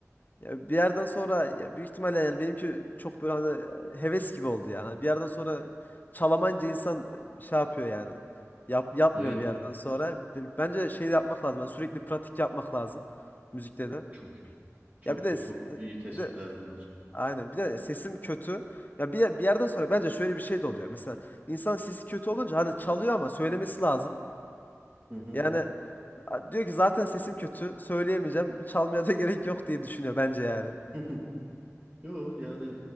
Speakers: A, on the left; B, on the right.
A: Ya bir yerden sonra ya büyük ihtimalle yani benimki çok böyle hani e, heves gibi oldu yani. Bir yerden sonra çalamayınca insan e, şey yapıyor yani. Yap, yapmıyor
B: Evet.
A: bir yerden sonra. B- Bence şey de yapmak lazım. yani sürekli pratik yapmak lazım müzikte de.
B: Çok iyi. Çok
A: Ya bir de
B: iyi.
A: s-
B: Çok
A: e,
B: iyi tespitler
A: bir de
B: bunlar.
A: aynen bir de sesim kötü. Ya bir, bir yerden sonra bence şöyle bir şey de oluyor. Mesela insan sesi kötü olunca hani çalıyor ama söylemesi lazım.
B: Hı hı.
A: Yani a- diyor ki zaten sesim kötü. Söyleyemeyeceğim. Çalmaya da <laughs> gerek yok diye düşünüyor bence yani.
B: <laughs> Hı hı. Yo yani